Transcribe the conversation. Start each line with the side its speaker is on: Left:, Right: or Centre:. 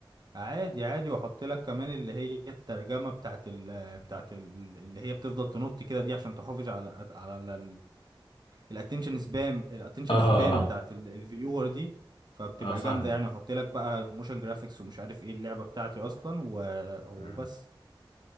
Right: عادي عادي واحط لك كمان اللي هي الترجمة بتاعت ال بتاعت ال اللي هي بتفضل تنط كده دي عشان تحافظ على على الاتنشن سبام الاتنشن
Left: اه
Right: سبان
Left: اه
Right: بتاعت الفيور دي فبتبقى
Left: اه فاهمك
Right: جامدة يعني واحط لك بقى موشن جرافيكس ومش عارف ايه اللعبة بتاعتي اصلا و- وبس
Left: مم.